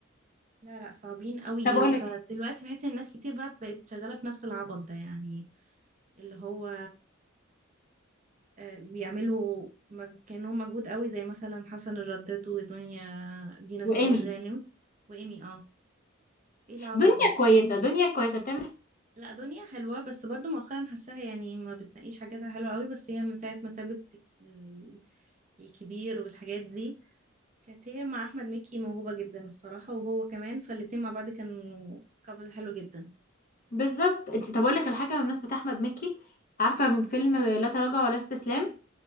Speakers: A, on the right (about 40°); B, on the left (about 45°).
A: لا لا صعبين قوي
B: طب اقول
A: فدلوقتي
B: لك
A: بحس ان الناس كتير بقى بقت شغالة في نفس العبط ده يعني اللي هو آه، بيعملوا مج... كانوا مجهود قوي زي مثلا حسن الرداد ودنيا دينا
B: وايمي
A: سمير غانم وإيمي اه ايه العبط
B: دنيا
A: ده
B: كويسه دنيا كويسه بتعمل
A: لا دنيا حلوة بس برضو مؤخرا حاساها يعني ما بتناقيش حاجاتها حلوة قوي بس هي من ساعة ما سابت ال- الكبير والحاجات دي كانت هي مع أحمد مكي موهوبة جدا الصراحة وهو كمان فالاتنين مع بعض كانوا كابل حلو جدا
B: بالظبط انت طب اقول لك الحاجه بالنسبه احمد مكي عارفه من فيلم لا تراجع ولا استسلام